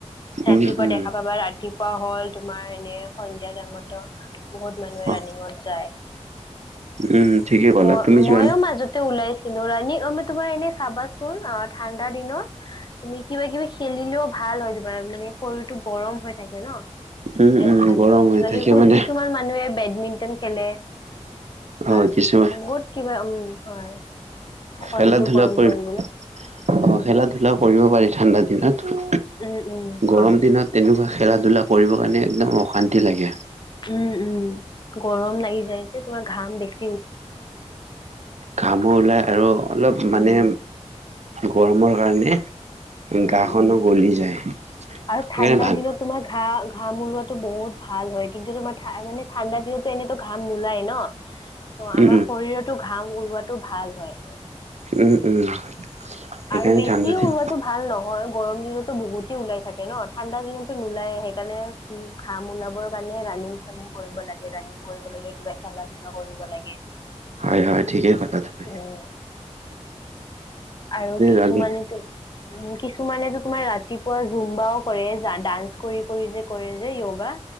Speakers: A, on the left (about 40°); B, on the right (about 75°).
A: ৰাতিপুৱা
B: উম উম
A: দেখা পাবা ৰাতিপুৱা হ'ল তোমাৰ এনে সন্ধিয়া টাইমতো বহুত মানুহে
B: অ
A: ৰানিঙত যায়।
B: উম ঠিকেই ক'লা
A: মই
B: তুমি
A: ময়ো
B: যোৱানে?
A: মাজতে উলাই ৰানিং তোমাৰ এনে চাবাচোন আ, ঠাণ্ডা দিনত তুমি কিবা কিবি খেলিলেও ভাল ভাল হয় তোমাৰ, মানে শৰীৰটো গৰম হৈ থাকে ন'। তেতিয়া
B: উম উম
A: ভাল
B: গৰম
A: হয়,
B: হৈ
A: কিবা
B: থাকে
A: কিব
B: মানে
A: কিছুমান মানুহে বেডমিন্টন খেলে।
B: অ
A: আৰু
B: কিছুমান
A: কিছুমানে বহুত কিবা উম, হয়, শৰীৰটো
B: খেলা ধূলা
A: গৰম
B: কৰিব
A: কৰিবলৈ
B: অ',
A: উম
B: খেলা ধূলা কৰিব পাৰি ঠাণ্ডা দিনত।
A: উম উম
B: গৰম
A: হয়
B: দিনত তেনেকুৱা খেলা ধূলা কৰিব কাৰণে একদম অশান্তি লাগে।
A: উম উম গৰম লাগি যায় যে তোমাৰ ঘাম দেখি
B: ঘামো ওলাই আৰু অলপ
A: উম
B: মানে গৰমৰ কাৰণে
A: উম
B: গাখনো
A: উম
B: গলি যায়।
A: আৰু
B: সেইকাৰণে
A: ঠাণ্ডা
B: ভাল
A: দিনত তোমাৰ ঘা ঘাম উলোৱাতো বহুত ভাল হয় কিন্তু তোমাৰা মানে ঠাণ্ডা দিনত এনেতো ঘাম নোলায় ন' ত' আমাৰ
B: উম
A: শৰীৰটো ঘাম উলোৱাটো ভাল হয়।
B: উম, উম, সেইকাৰণে
A: আৰু বেছিয়ে
B: ঠাণ্ডা দিন।
A: উলোৱাটো ভাল নহয় গৰম দিনত বহুতেই ওলাই থাকে ন ঠাণ্ডা দিনতটো নোলায় সেইকাৰণে ঘাম ওলাবৰ কাৰণে ৰানিং চানিং কৰিব লাগে ৰানিং কৰিব লাগে কিবা খেলা ধূলা কৰিব লাগে।
B: হয়, হয় ঠিকেই কলা তোমি।
A: উম আৰু কিছুমানেতো
B: ৰান্ধি
A: উ, কিছুমানেটো তোমাৰ ৰাতিপুৱা জুম্বাও কৰে ডান্স কৰি কৰি যে কৰে যে য়োগা